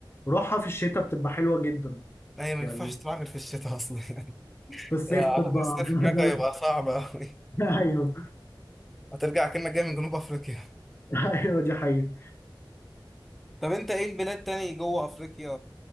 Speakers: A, on the left; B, in the centre.
A: روحها في الشتاء بتبقى حلوة جدا
B: ايوه ما
A: يعني
B: ينفعش تروح غير في الشتاء اصلا <laughs> يعني
A: في الصيف
B: آه،
A: تبقى
B: أعتقد الصيف
A: بهدلة
B: هناك هيبقى صعب أوي
A: <laughs> ايوه
B: هترجع كأنك جاي من جنوب أفريقيا
A: ايوه دي حقيقة
B: طب انت ايه البلاد تاني جوه افريقيا